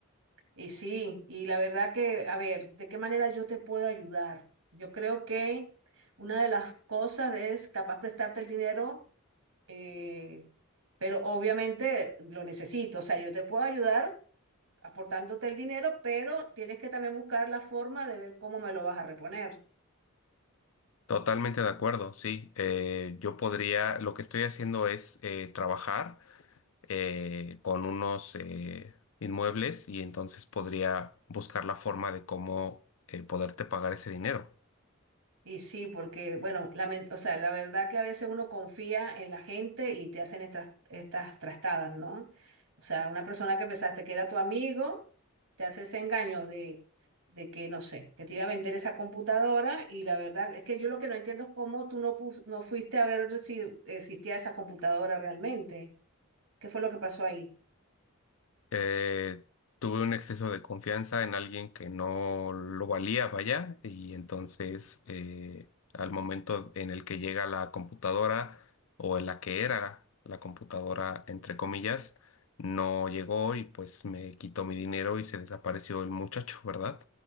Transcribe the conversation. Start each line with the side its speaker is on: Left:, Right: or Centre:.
Right: Y sí, y la verdad que, a ver, ¿de qué manera yo te puedo ayudar? Yo creo que una de las cosas es capaz prestarte el dinero, eh, pero obviamente lo necesito. O sea, yo te puedo ayudar aportándote el dinero, pero tienes que también buscar la forma de ver cómo me lo vas a reponer.
Left: Totalmente de acuerdo, sí. Eh, yo podría, lo que estoy haciendo es eh, trabajar eh, con unos eh, inmuebles y entonces podría buscar la forma de cómo eh, poderte pagar ese dinero.
Right: Y sí, porque, bueno, lament- o sea, la verdad que a veces uno confía en la gente y te hacen estas, estas trastadas, ¿no? O sea, una persona que pensaste que era tu amigo, te hace ese engaño de, de que, no sé, que te iba a vender esa computadora y la verdad es que yo lo que no entiendo es cómo tú no, pus- no fuiste a ver si existía esa computadora realmente. ¿Qué fue lo que pasó ahí?
Left: eh, tuve un exceso de confianza en alguien que no lo valía, vaya, y entonces eh, al momento en el que llega la computadora o en la que era la computadora, entre comillas, no llegó y pues me quitó mi dinero y se desapareció el muchacho, ¿verdad?